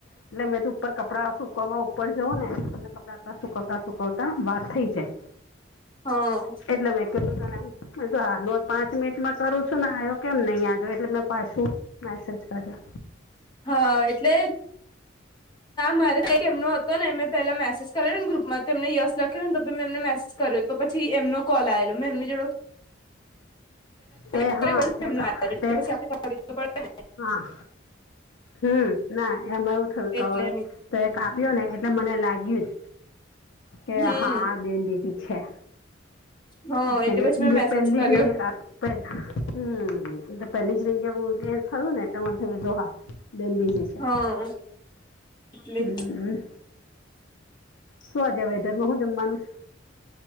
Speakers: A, on the left; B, on the left.
A: એટલે મેં તો ઉપર કપડાં સુકવવા ઉપર જવં ને અને કપડાં તં સુકવતા સુકવતા વાર થઈ જાય.
B: હા
A: એટલા મે કું હ આનો પાંચ મિનિટમાં કરું છું ને આવ્યો કેમ નહી આજો એટલે મેં પાછું મે સજ કરી.
B: હા એ એટલે મારે કઈક એમનો હતો ને એં પેલા મેસેજ કર્યો ને ગ્રુપમાં તેમને યશ લખે ને તમે મે એમને મેસેજ કર્યો તો પછી એમનો કોલ આવેલો મે એમની જોડો.
A: તે
B: કર્યો
A: હા
B: પછી એમનો આવેલો
A: તે
B: પછી આપડે કરવું પડે ને
A: હા હમ ના એમાં એવું થયું
B: એટલે
A: કવાર તો એક કાપ્યો ને એટલે મને લાગ્યું જ કે
B: હમ
A: હા બે છે
B: હા
A: કારકે
B: એટલે પછી મેં મેસેજ
A: પહેલી
B: કર્યો
A: જ નહીે પણ હમ પેલી જ રીંગે બું થયું ને એટ મીધો હા બેન બીજી છે
B: હા એટલે
A: હમ શું આજ વેધર માં હું જમવાનું